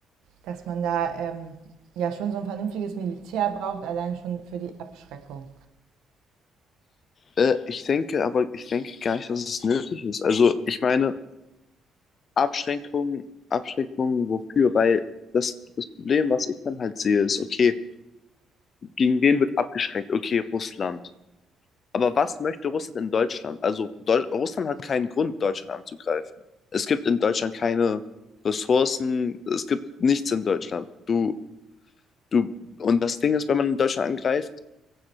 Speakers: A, on the right; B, on the left.
A: dass man da ähm, ja schon so ein vernünftiges Militär braucht, allein schon für die Abschreckung.
B: Äh, ich denke, aber ich denke gar nicht, dass es nötig ist. Also, ich meine, Abschränkungen, Abschränkungen wofür? Weil das, das Problem, was ich dann halt sehe, ist, okay, gegen wen wird abgeschreckt? Okay, Russland. Aber was möchte Russland in Deutschland? Also Deu Russland hat keinen Grund, Deutschland anzugreifen. Es gibt in Deutschland keine Ressourcen, es gibt nichts in Deutschland. Du, du, und das Ding ist, wenn man in Deutschland angreift